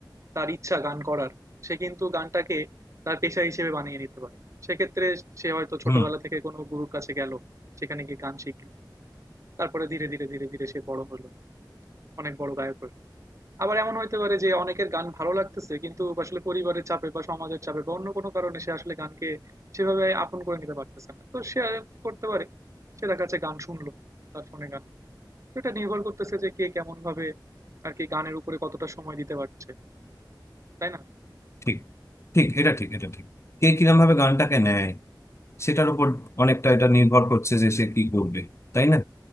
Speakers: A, on the right; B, on the left.
A: তার ইচ্ছা গান করার সে কিন্তু গানটাকে তার পেশা হিসেবে বানিয়ে নিতে পারে সেক্ষেত্রে সে হয়তো ছোটবেলা
B: হুম
A: থেকে কোনো গুরুর কাছে গেল সেখানে গিয়ে গান শিখলো তারপরে ধীরে ধীরে ধীরে ধীরে সে বড় হলো অনেক বড় গায়ক হলো আবার এমন হইতে পারে যে অনেকের গান ভালো লাগতেছে কিন্তু আসলে পরিবারের চাপে বা সমাজের চাপে বা অন্য কোনো কারণে সে আসলে গানকে সেভাবে আপন করে নিতে পারতেছে না তো সে আর কি করতে পারে সে দেখা যাচ্ছে গান শুনলো তার ফোনে গান তো এটা নির্ভর করতেছে যে কে কেমন ভাবে আর কি গানের উপরে কতটা সময় দিতে পারছে তাই না
B: ঠিক ঠিক এটা ঠিক এটা ঠিক কে কিরম ভাবে গানটাকে নেয় সেটার উপর অনেকটা এটা নির্ভর করছে যে সে কি করবে তাই না